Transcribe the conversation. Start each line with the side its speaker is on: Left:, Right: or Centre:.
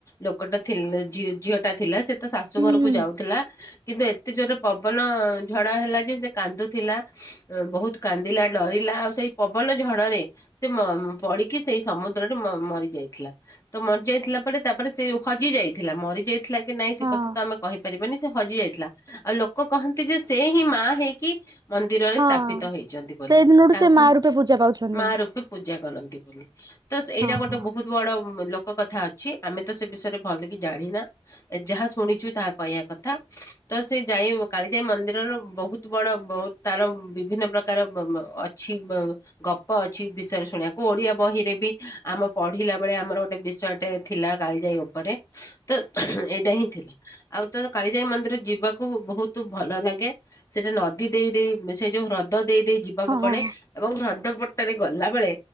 Left: ଲୋକଟା ଥିଲ ଝି ଝିଅ ଟା ଥିଲା ସେ ତା ଶାଶୁ
Right: ହୁଁ
Left: ଘରକୁ
Right: ହୁଁ
Left: ଯାଉଥିଲା। କିନ୍ତୁ ଏତେ ଜୋରରେ ପବନ ଝଡ ହେଲା ଯେ ସେ କାନ୍ଦୁଥିଲା ଅଁ ବହୁତ କାନ୍ଦିଲା ଡରିଲା ଆଉ ସେଇ ପବନ ଝଡରେ ସେ ମ ପଡିକି ସେଇ ସମୁଦ୍ରରେ ମ ମରି ଯାଇଥିଲା ତ ମରିଯା ଥିଲା ପରେ, ତାପରେ ସେ ହଜି ଯାଇଥିଲା, ମରି ଯାଇଥିଲା କି ନାଇଁ ସେ
Right: ହଁ
Left: କଥା ତ ଆମେ କହିପାରିବନି, ସେ ହଜି ଯାଇଥିଲା, ଆଉ ଲୋକ କହନ୍ତି ଯେ- ସେ ହିଁ ମା ହେଇକି ମନ୍ଦିରରେ
Right: ହଁ
Left: ସ୍ଥାପିତ ହେଇଛନ୍ତି ବୋଲି।
Right: ସେଇ ଦିନଠୁ
Left: ତାଙ୍କୁ
Right: ସେ ମା ରୂପେ ପୂଜା ପାଉଛନ୍ତି।
Left: ମା ରୂପୀ ପୂଜା କରନ୍ତି ବୋଲି, ତ ସେଇଟା
Right: ହଁ
Left: ଗୋଟେ
Right: ହଁ
Left: ବହୁତ ବଡ ଲୋକ କଥା ଅଛି ଆମେ ତ ସେ ବିଷୟରେ ଭଲ କିି ଜାଣିନା, ଯାହା ଶୁଣିଛୁ ତାହା କହିବା କଥା। ତ ସେ ଯାଇ କାଳିଜାଇ ମନ୍ଦିରର ବହୁତ ବଡ, ବହୁତ ତାର ବିଭିନ୍ନ ପ୍ରକାର ଅଛି, ଗପ ଅଛି, ବିଷୟରେ ଶୁଣିବାକୁ, ଓଡିଆ ବହିରେ ବି ଆମ ପଢିଲା ବେଳେ ଆମର ଗୋଟେ ବିଷୟଟି ଥିଲା କାଳିଜାଇ ଉପରେ, ତ ଏଇଟା ହିଁ ଥିଲା, ଆଉ ତ କାଳିଜାଇ ମନ୍ଦିର ଜି ଯିବାକୁ ବହୁତ ଭଲ ଲାଗେ, ସେଟା ନଦୀ ଦେଇ ଦେଇ ସେ ଯୋଉ ହ୍ରଦ ଦେଇ ଦେଇ ଯିବାକୁ ପଡେ
Right: ହଁ
Left: ଏବଂ ହ୍ରଦପଟରେ ଗଲା ବେଳେ